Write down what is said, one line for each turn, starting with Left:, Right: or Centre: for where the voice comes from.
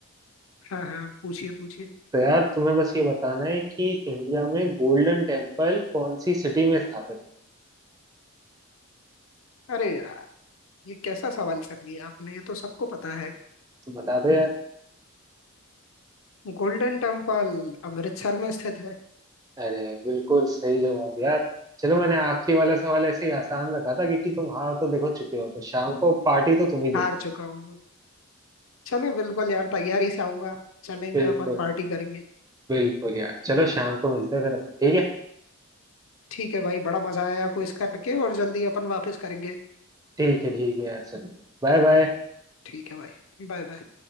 Left: हाँ हाँ पूछिए पूछिए
Right: तो यार तुम्हें बस ये बताना है कि इंडिया में गोल्डन टेम्पल कौन सी सिटी में स्थापित
Left: अरे यार ये कैसा सवाल कर लिया आपने ये तो सबको पता है
Right: तो बता दो यार
Left: गोल्डन टेम्पल अमृतसर में स्थित है
Right: अरे बिल्कुल सही जवाब यार चलो मैंने आखिरी वाला सवाल ऐसे ही आसान रखा था क्योंकि तुम हार तो देखो चुके हो तो शाम को पार्टी तो तुम ही दे
Left: हार
Right: रहे
Left: चुका हूँ चलो बिल्कुल यार तैयारी से आऊंगा चलेंगे
Right: हो। बिल्कुल
Left: अपन पार्टी करेंगे
Right: बिल्कुल यार चलो शाम को मिलते हैं फिर अपन ठीक है
Left: ठीक है भाई बड़ा मजा आया क्विज करके और जल्दी अपन वापस करेंगे
Right: ठीक है ठीक है यार चलो Bye bye
Left: ठीक है भाई बाय बाय